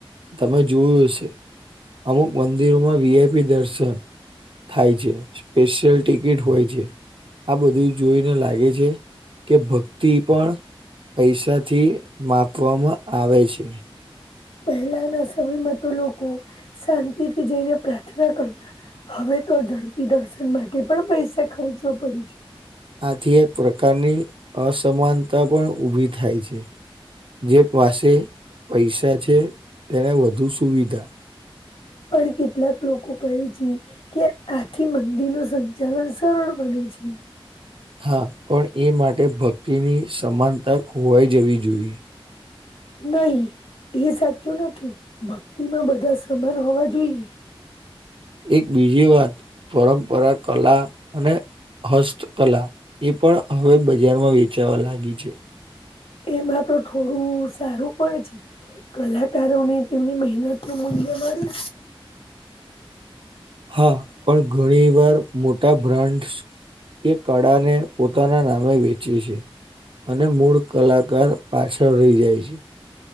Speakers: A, on the right; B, on the left.
A: તમે જોયું હશે અમુક મંદિર મંદિરોમાં વીઆઈપી દર્શન થાય છે. સ્પેશિયલ ટિકિટ હોય છે. આ બધી જોઈને લાગે છે. કે ભક્તિ પણ પૈસાથી માપવામાં આવે છે.
B: પહેલાના સમયમાં તો લોકો શાંતિ થી જઈને પ્રાર્થના કરતા હવે તો ઝડપી દર્શન માટે પણ પૈસા ખર્ચવા પડે છે.
A: આથી એક પ્રકારની અસમાનતા પણ ઊભી થાય છે. જેની પાસે પૈસા છે. તેને વધુ સુવિધા
B: પણ કેટલાક લોકો કહે છે. કે આથી મંદિર નું સંચાલન સરળ બને છે.
A: હા પણ એ માટે ભક્તિની સમાનતા ખોવાઈ જવી જોઈએ.
B: નહી એ સાચું નથી ભક્તિ માં બધા સમાન હોવા જોઈએ
A: એક બીજી વાત પરંપરા કલા અને હસ્તકલા એ પણ હવે બજારમાં વેચાવા લાગી છે.
B: એમાં તો થોડું સારું પણ છે. કલાકારોને તેમની મહેનત નું મૂલ્ય મળે
A: હા પણ ઘણી વાર મોટા બ્રાન્ડસ એ કળા ને પોતાના નામે વેચે છે. અને મૂળ કલાકાર પાછળ રહી જાય છે.